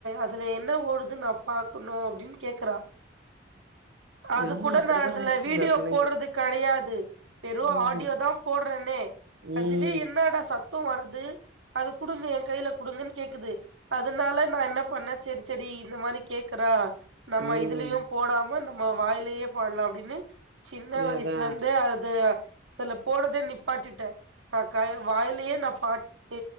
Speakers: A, on the right (about 85°); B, on the right (about 70°).
A: அதுல என்ன ஓடுதுன் நா பாக்கணு அப்டின்னு கேக்குறா அது
B: அ ஆமா
A: கூட
B: அப்டிதா
A: நான் இதுல
B: ஆயிடுச்சுங்க
A: வீடியோ
B: பிள்ளைங்க
A: போடறது கெடையாது வெறு
B: ம்
A: ஆடியோதா போடறன்னே அதுவே
B: ம்
A: என்னடா சத் த வருது அது குடுங்க எ கையில குடுங்கன் கேக்குது அதனால நா என்ன பண்ண செரி செரி இந்த மாரி கேக்குறா நம்ம
B: ம்
A: இதுலயும் போடாம நம் ம வாய்லயே பாடலா அப்டின் னு சின்ன வயசிலந்தே
B: அதா
A: அது அதுல போறதே நிப்பாட்டிட்ட நா கய வாயிலயே நா பாட் ட